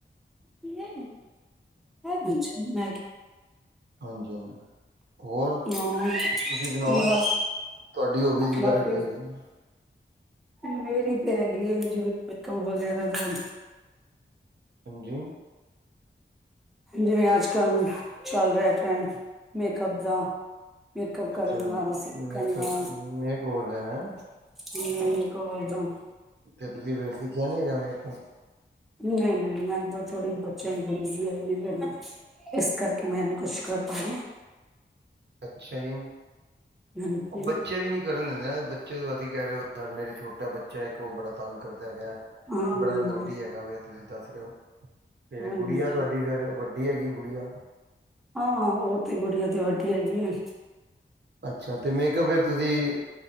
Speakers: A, in the centre; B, on the right.
A: ਨਈ ਓ ਪੁਛਦੀ ਮੈ ਕੇ
B: ਹਾਂਜੀ ਹਾਂਜੀ। ਹੋਰ
A: ਹਾਂ
B: ਤੁਸੀਂ ਸੁਣਾਓ
A: ਬਸ
B: ਤੁਆਡੀ ਹੋਬੀਸ ਵਗੈਰਾ
A: ਬਾਕੀ
B: ਕੀ ਹੈਗੀ ਐ।
A: ਮੇਰੀ ਤੇ ਹੈਗੀ ਏ ਜਿਵੇ ਨਿਕਲ ਵਗੈਰਾ ਲੈਣ।
B: ਹੈਜੀ
A: ਜਿਵੇਂ ਅੱਜ- ਕੱਲ੍ਹ ਚੱਲ ਰਿਹਾ ਟਰੈਂਡ ਮੇਕਅੱਪ ਦਾ। ਮੇਕਅਪ ਕਰਨ
B: ਅੱਛਾ
A: ਦਾ ਸਿੱਖਣ
B: ਮੇਕਅਪ
A: ਦਾ
B: ਮੇਕ ਓਵਰ ਦਾ ਹੈਂ।
A: ਹੂੰ <unintelligible>
B: ਤੇ ਤੁਸੀਂ ਵੈਸੀ <unintelligible> ਮੈਕਪ।
A: ਨਈ- ਨਈ ਮੈਂ ਇਦਾਂ ਥੋੜ੍ਹੀ ਬੱਚਿਆਂ ਨੂੰ <unintelligible> ਬਸ ਕਰਕੇ ਮੈਂ ਇਹ ਨੂੰ ਕੁਛ ਕਰ ਪਾਓਗੀ।
B: ਅੱਛਾ ਜੀ।
A: ਹੂੰ
B: ਬੱਚੇ ਵੀ ਨੀ ਕਰਨ ਦਿੰਦੇ ਬੱਚੇ ਅਸੀਂ ਕਹਿ ਰਹੇ ਓ ਮੇਰੇ ਛੋਟਾ ਬੱਚਾ ਐ ਇੱਕ ਉਹ ਬੜਾ ਤੰਗ ਕਰਦਾ ਹੈਗਾ।
A: ਹਾਂਜੀ
B: ਬੜਾ ਨੋਟੀ ਹੈਗਾ ਵੇ। ਤੁਸੀਂ ਦੱਸ ਰੇ ਓ। ਤੇ
A: ਹਾਂਜੀ
B: ਗੁੜੀਆ ਤੁਹਾਡੀ ਫੇਰ, ਵੱਡੀ ਹੈਗੀ ਗੁੜੀਆਂ।
A: ਹਾਂ, ਉਹ ਤੇ ਗੁੜੀਆ ਤੇ ਵੱਡੀ ਹੈਗੀ ਐਂ।
B: ਅੱਛਾ ਤੇ ਮੇ ਕਿਹਾ ਫੇਰ ਤੁਸੀਂ